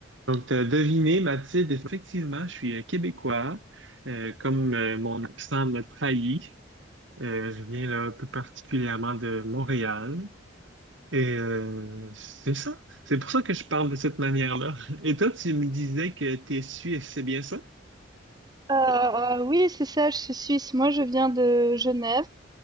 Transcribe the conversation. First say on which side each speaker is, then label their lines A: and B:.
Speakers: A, on the right; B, on the right.
A: Donc, t'as deviné, Mathilde, effectivement, je suis euh, québécois. Euh, comme euh, mon accent me trahit, euh, je viens là plus particulièrement de Montréal. Et euh, c'est ça. C'est pour ça que je parle de cette manière-là. <laughs> Et toi, tu me disais que tu es suisse, c'est bien ça?
B: Heu, oui, c'est ça, je suis suisse. Moi, je viens de Genève.